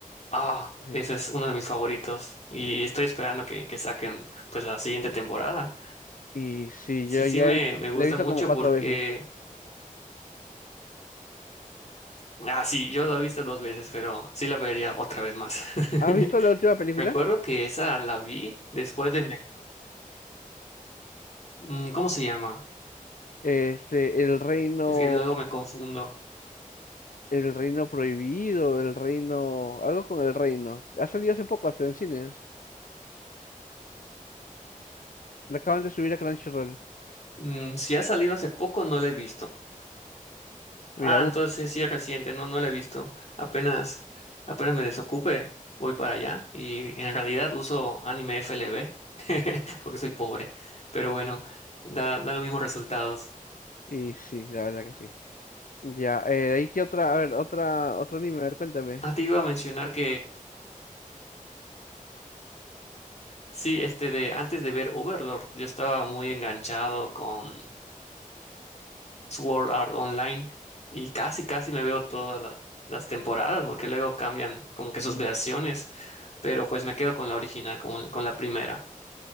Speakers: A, on the left (about 50°); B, on the left (about 70°).
A: ah,
B: Sí.
A: ese es uno de mis favoritos. Y estoy esperando que, que saquen pues la siguiente temporada.
B: Y sí,
A: Sí,
B: yo
A: sí
B: ya
A: me,
B: he-
A: me gusta
B: la he visto
A: mucho
B: como cuatro
A: porque,
B: veces.
A: ah, sí, yo la he visto dos veces, pero sí la vería otra vez más. <laughs>
B: ¿Has visto la última película?
A: Recuerdo que esa la vi después de... Me- mm, ¿Cómo se llama?
B: Este, El Reino,
A: Es que luego me confundo.
B: El Reino Prohibido, El Reino, algo con el Reino. Ha salido hace poco, hasta en cines. La acaban de subir a Crunchyroll.
A: Mm, si ha salido hace poco, no la he visto.
B: Mira,
A: Ah,
B: bu-
A: entonces sí es reciente, no, no la he visto. Apenas, apenas me desocupe, voy para allá. Y en realidad uso anime FLV, <laughs> porque soy pobre. Pero bueno, da, da los mismos resultados.
B: Y sí, la verdad que sí. Ya, eh, de ahí que otra, a ver, otra, otro anime, a ver, cuéntame.
A: Ah, te iba a mencionar que sí, este de antes de ver Overlord, yo estaba muy enganchado con Sword Art Online y casi, casi me veo todas la- las temporadas porque luego cambian como que sus versiones, pero pues me quedo con la original, con, con la primera.